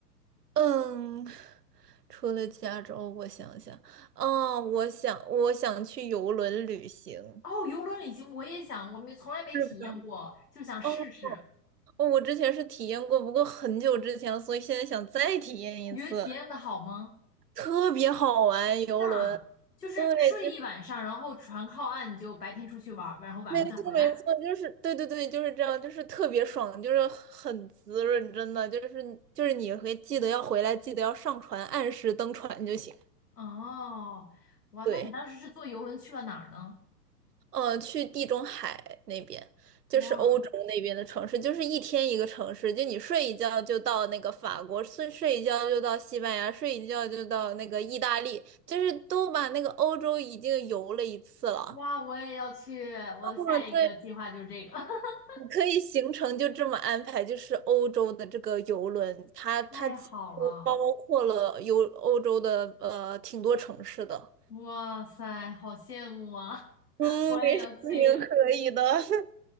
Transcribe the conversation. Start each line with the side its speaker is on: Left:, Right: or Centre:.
Right: 嗯，除了加州，我想想，嗯，我想我想去游轮旅行。
Left: 哦，游轮旅行我也想，我没从来没体验过，
Right: 是的，
Left: 就想试试。
Right: 哦，哦，我之前是体验过，不过很久之前了，所以现在想再体验一次，
Left: 你觉得体验的好吗？
Right: 特别好玩，游轮。
Left: 那就是睡一晚上，
Right: 对，就
Left: 然后船靠岸，你就白天出去玩儿，然后晚上再回来。
Right: 没错没错，就是对对对，就是这样，就是特别爽，就是很滋润，真的，就是就是你会记得要回来，记得要上船，按时登船就行。
Left: 哦，哇，
Right: 对。
Left: 那你当时是坐游轮去了哪儿呢？
Right: 呃，去地中海那边，就是欧洲那边的城市，
Left: 哇
Right: 就是一天一个城市，就你睡一觉就到那个法国，睡睡一觉就到西班牙，睡一觉就到那个意大利，就是都把那个欧洲已经游了一次了。
Left: 哇，我也要去，我的下一个计划就是这个，
Right: 嗯，对，
Left: <laughs>
Right: 你可以行程就这么安排，就是欧洲的这个游轮，它它几乎包括了游欧洲的呃挺多城市的。
Left: 太好了，哇塞，好羡慕啊！
Right: 嗯，
Left: <laughs> 我也要去，
Right: 没事，你可以的。<laughs>